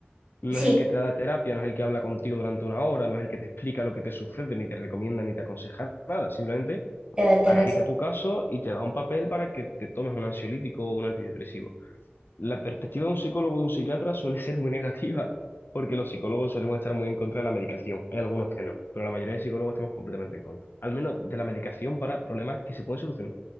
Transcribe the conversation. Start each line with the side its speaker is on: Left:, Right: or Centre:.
Left: No
Right: sí,
Left: es el que te da la terapia, no es el que habla contigo durante una hora, no es el que te explica lo que te sucede, ni te recomienda, ni te aconseja nada. Simplemente
Right: te, te
Left: analiza
Right: receta.
Left: tu caso y te da un papel para que te tomes un ansiolítico o un antidepresivo. La perspectiva de un psicólogo o de un psiquiatra suele ser muy negativa porque los psicólogos solemos estar muy en contra de la medicación. Hay algunos que no, pero la mayoría de psicólogos estamos completamente en contra. Al menos de la medicación para problemas que se pueden solucionar.